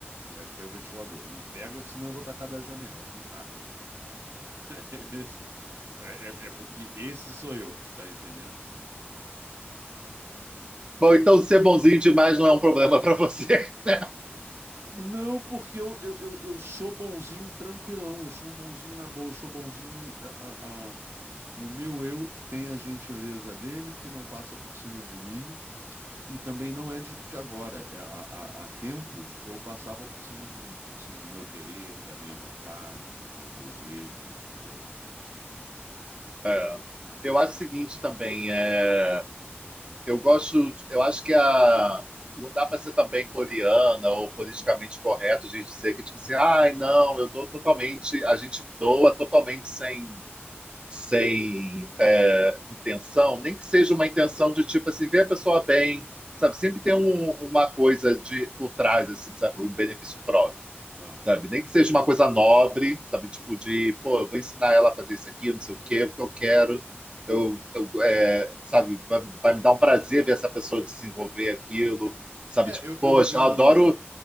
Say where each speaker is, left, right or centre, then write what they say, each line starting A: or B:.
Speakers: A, on the right (about 80°); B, on the right (about 25°).
A: é teu ventilador. E pega, que senão eu vou tacar da janela. E taco. <laughs> Esse- É, é, é porque esse sou eu, tu tá entendendo?
B: Bom, então ser bonzinho demais não é um problema para você. <laughs>
A: Não, porque eu, eu, eu, eu sou bonzinho tranquilão, eu sou um bonzinho na boa, eu sou bonzinho. a- a- a- o meu eu tem a gentileza dele, que não passa por cima de mim, e também não é de, de agora. É, há, há- há tempos eu passava por cima de mim, por cima do meu querer, da minha vontade, dos meus desejos, entendeu?
B: É. Eu acho o seguinte também, é, eu gosto, de- eu acho que a, não dá para ser também poliana ou politicamente correto de dizer que tipo assim, ai não, eu dou totalmente, a gente doa totalmente sem, sem intenção, nem que seja uma intenção de tipo assim, ver a pessoa bem, sabe? Sempre tem um- uma coisa de por trás, assim, sabe? Um benefício próprio,
A: Ah.
B: sabe? Nem que seja uma coisa nobre, sabe? Tipo de, pô, eu vou ensinar ela a fazer isso aqui, não sei o quê, porque eu quero, eu, eu, é, sabe? Vai, vai me dar um prazer ver essa pessoa desenvolver aquilo, sabe?
A: É,
B: Tipo,
A: eu, eu,
B: poxa,
A: eu-
B: eu adoro